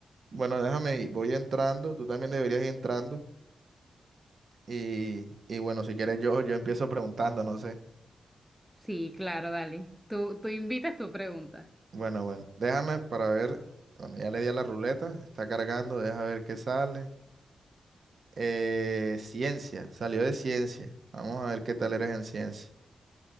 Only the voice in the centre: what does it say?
Sí, claro, dale. Tú, tú invitas tu pregunta.